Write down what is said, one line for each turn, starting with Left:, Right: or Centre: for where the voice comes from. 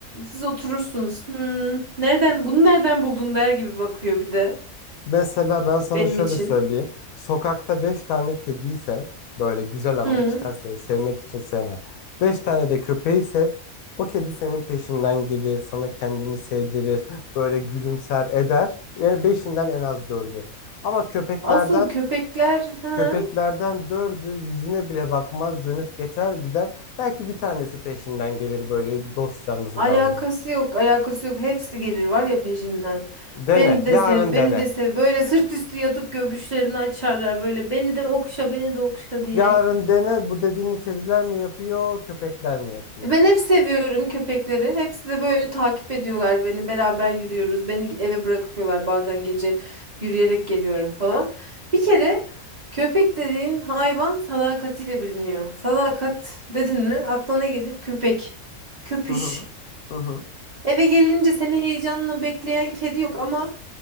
Right: Siz oturursunuz. Hmm, nereden bunu nereden buldun der gibi bakıyor bir de
Left: Mesela ben sana
Right: benim
Left: şöyle
Right: için.
Left: söyleyeyim. Sokakta beş tane kediyi sev. Böyle güzel ama
Right: Hmm.
Left: içten sev. Sevmek için sevme. Beş tane de köpeği sev. O kedi senin peşinden gelir. Sana kendini sevdirir. Böyle gülümser eder. Yani beşinden en az dördü. Ama köpeklerden
Right: Asıl köpekler ha.
Left: köpeklerden dördü yüzüne bile bakmaz. Dönüp geçer gider. Belki bir tanesi peşinden gelir. Böyle dost canlısı
Right: Alakası
Left: davranır.
Right: yok, alakası yok. Hepsi gelir var ya peşinden.
Left: Dene.
Right: Beni de
Left: Yarın
Right: sev, beni
Left: dene.
Right: de sev. Böyle sırt üstü yatıp göbüşlerini açarlar böyle. Beni de okşa, beni de okşa diye.
Left: Yarın dene bu dediğini kediler mi yapıyor, köpekler mi yapıyor?
Right: E Ben hep seviyorum köpekleri. Hepsi de böyle takip ediyorlar beni. Beraber yürüyoruz. Beni eve bırakıyorlar bazen gece yürüyerek geliyorum falan. Bir kere köpek dediğin hayvan sadakatiyle biliniyor. Sadakat dedin mi aklına gelir köpek. Köpüş.
Left: Hı hı. Hı hı.
Right: Eve gelince seni heyecanla bekleyen kedi yok ama